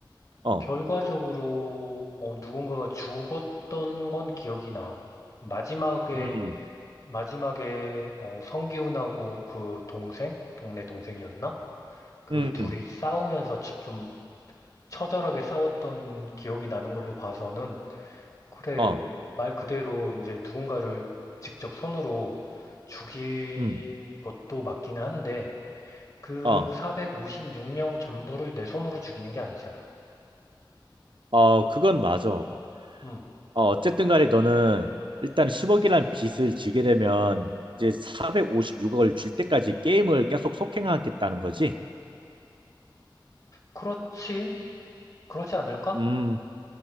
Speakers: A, on the right; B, on the left.
A: 어.
B: 결과적으로 어, 누군가가 죽었던 건 기억이 나. 마지막에,
A: 음.
B: 마지막에 어, 성기훈하고 그 동생? 동네 동생이었나? 그
A: 음,
B: 둘이 싸우면서 치- 좀 처절하게 싸웠던 기억이 나는 걸로 봐서는 그래,
A: 어,
B: 말 그대로 이제 누군가를 직접 손으로 죽인
A: 음,
B: 것도 맞기는 한데, 그
A: 어,
B: 456명 전부를 내 손으로 죽이는 게 아니잖아.
A: 어, 그건 맞아. 어,
B: 음,
A: 어쨌든 간에 너는 일단 10억이란 빚을 지게 되면 이제 456억을 줄 때까지 게임을 계속 속행하겠다는 거지.
B: 그렇지? 그러지 않을까?
A: 음,